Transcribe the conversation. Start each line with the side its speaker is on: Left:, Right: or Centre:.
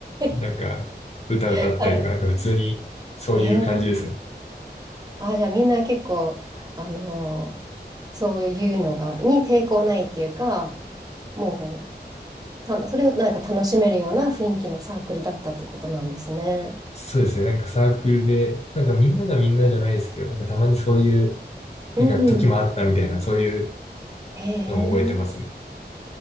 Left: なんか、
Right: ー
Left: 歌歌ったりとか、
Right: <laughs> はい。
Left: なんか普通に、そういう感じですね。
Right: えあ、じゃあみんな結構、あのーそういうのが、に抵抗ないっていうか、もう、たそれをなんか楽しめるような雰囲気のサークルだったってことなんですね。
Left: そうですね。なんかサークルで、なんかみんながみんなじゃないですけど、なんかたまにそういう、
Right: うん。
Left: なんか時もあったみたいな、そういう
Right: へえ、
Left: のを覚えてますね。